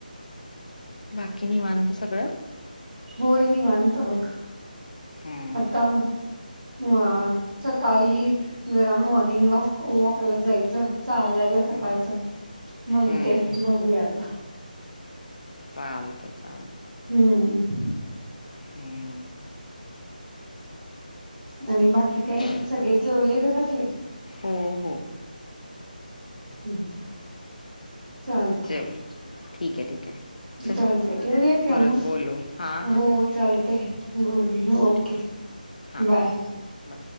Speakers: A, on the left; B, on the right.
A: बाकी निवांत सगळं
B: होय नाही माणी तबक
A: हम्म
B: आता ह सकाळी जरा मॉर्निंग वॉक वॉकला जायचं चालायला
A: हम्म
B: सकाळच म्हणते
A: हम्म
B: बघूया आता.
A: चालतय चालतं.
B: हम्म.
A: हम्.
B: आणि बाकी काय
A: बरं
B: सगळे
A: बरं
B: जेवले घरातले.
A: हो हो.
B: हम्म चालत
A: जेवले ठीक आहे ठीक आहे चल
B: चालतय ठेवूया का
A: परत
B: म
A: बोलू हां हां
B: हो चालतय
A: ठीक
B: गुड ओके
A: ठेव हां
B: बाय
A: बाय